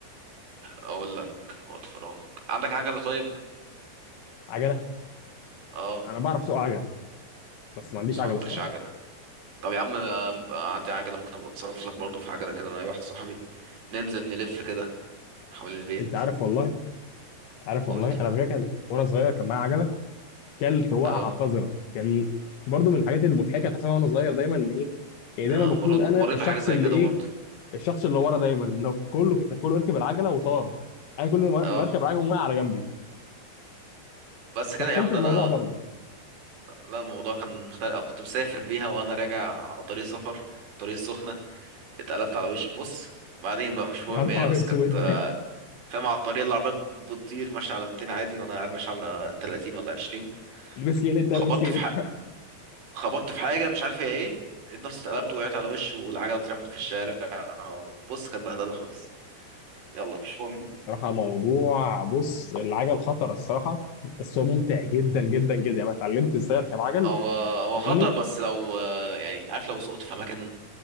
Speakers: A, on the right; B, on the left.
A: اقول لك وقت فراغك عندك عجله طيب
B: عجله
A: اه
B: انا بعرف اسوق عجل بس ما عنديش
A: بس
B: عجله
A: ما عندكش
B: الصراحه
A: عجله طب يا عم آه، عندي عجله ممكن ابقى اتصرف لك برضه في عجله كده انا اي واحد صاحبي ننزل نلف كده حوالين البيت
B: انت عارف والله عارف
A: قول
B: والله
A: لي
B: انا بجد كان وانا صغير كان معايا عجله كلت وقعه
A: اه
B: قذره كان برضه من الحاجات المضحكه تحصل وانا صغير دايما ان ايه يعني
A: آه،
B: دايما بكون
A: مريت مريت
B: انا الشخص
A: بحاجه زي
B: اللي
A: كده
B: ايه
A: برضه
B: الشخص اللي ورا دايما انه كله كله يركب العجله وطار انا كل ما
A: اه
B: ما اركب العجله وقع على جنبي
A: بس كده
B: شخصنت
A: يا عم ده
B: الموضوع
A: انا
B: برضه
A: لا الموضوع كان مختلف أو كنت مسافر بيها وانا راجع على طريق سفر طريق السخنه اتقلبت على وشي بص بعدين بقى مش مهم
B: يا نهار
A: يعني بس
B: اسود
A: كانت آه،
B: <laughs>
A: فاهم على الطريق اللي العربية بتطير ماشية على 200 عادي وانا قاعد ماشي على 30 ولا 20
B: البس كيلت البس
A: خبطت
B: كيلت
A: في حاجة خبطت في حاجة مش عارف هي ايه لقيت نفسي اتقلبت وقعت على وشي والعجلة اترمت في الشارع بص كانت بهدلة خالص يلا مش مهم
B: صراحة موضوع بص العجل خطر الصراحة بس هو ممتع جدا جدا جدا يعني أنا اتعلمت ازاي اركب عجل
A: هو هو
B: فاهمني؟
A: خطر بس لو آه، يعني عارف لو سقطت في اماكن